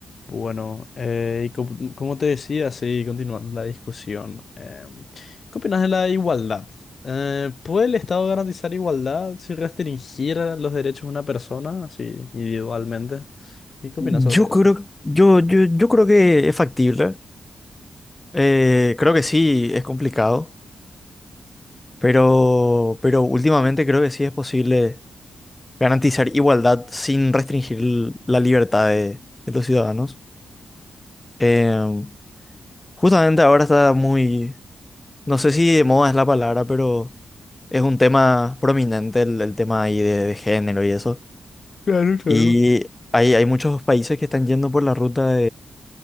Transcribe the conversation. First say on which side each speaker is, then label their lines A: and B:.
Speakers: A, on the left (about 55°); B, on the left (about 20°).
A: Bueno, eh, y co- como, te decía, sí, continuando la discusión, eh, ¿qué opinas de la igualdad? Eh, ¿puede el Estado garantizar igualdad si restringiera los derechos de una persona, así individualmente? ¿Y qué opinas
B: Yo
A: sobre
B: creo,
A: eso?
B: yo, yo, yo creo que es factible. Eh, creo que sí, es complicado, pero, pero últimamente creo que sí es posible garantizar igualdad sin restringir l- la libertad de, de los ciudadanos. Eh, justamente ahora está muy, no sé si de moda es la palabra, pero es un tema prominente el, el tema ahí de, de género y eso.
A: Claro, claro.
B: Y hay, hay muchos países que están yendo por la ruta